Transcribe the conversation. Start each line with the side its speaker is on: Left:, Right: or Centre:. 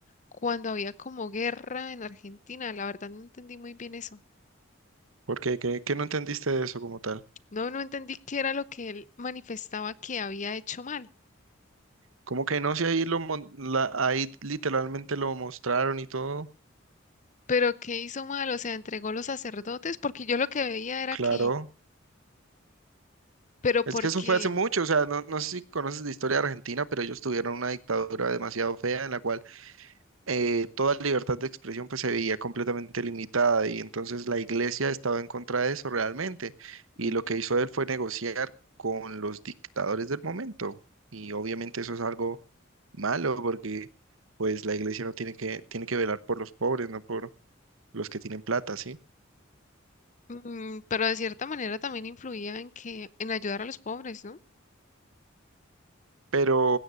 Left: cuando había como guerra en Argentina. La verdad no entendí muy bien eso.
Right: ¿Por qué? ¿Qué, qué no entendiste de eso como tal?
Left: No, no entendí qué era lo que él manifestaba que había hecho mal,
Right: Como que no, si ahí lo mon- la- ahí literalmente lo mostraron y todo.
Left: pero qué hizo mal, o sea, entregó los sacerdotes, porque yo lo que veía era
Right: Claro.
Left: que, pero
Right: Es
Left: porque,
Right: que eso fue hace mucho, o sea, no, no sé si conoces la historia de Argentina, pero ellos tuvieron una dictadura demasiado fea en la cual eh, toda libertad de expresión pues se veía completamente limitada y entonces la iglesia estaba en contra de eso realmente y
Left: ujú,
Right: lo que hizo él fue negociar con los dictadores del momento y obviamente eso es algo malo porque pues la iglesia no tiene que, tiene que velar por los pobres, no por los que tienen plata, ¿sí?
Left: mm, pero de cierta manera también influía en que, en ayudar a los pobres, ¿no?
Right: Pero,